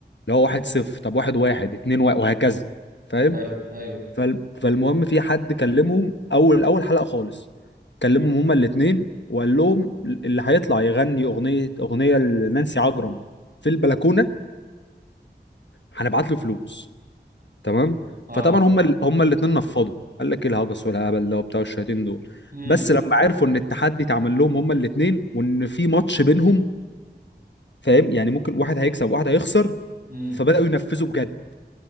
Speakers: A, on the left; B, on the right.
A: اللي هو واحد صفر طب واحد واحد اتنين واحد وهكذا فاهم
B: اي اي
A: فال... فالمهم في حد كلمهم اول اول حلقه خالص كلمهم هما الاتنين وقال لهم اللي هيطلع يغني اغنيه اغنيه لنانسي عجرم في البلكونه هنبعت له فلوس تمام
B: اه
A: فطبعا هم ال... هم الاثنين نفضوا قال لك ايه الهجس والهبل ده وبتاع الشياطين دول
B: امم
A: بس لما عرفوا ان التحدي اتعمل لهم هم الاثنين وان في ماتش بينهم فاهم يعني ممكن واحد هيكسب وواحد هيخسر
B: امم
A: فبداوا ينفذوا بجد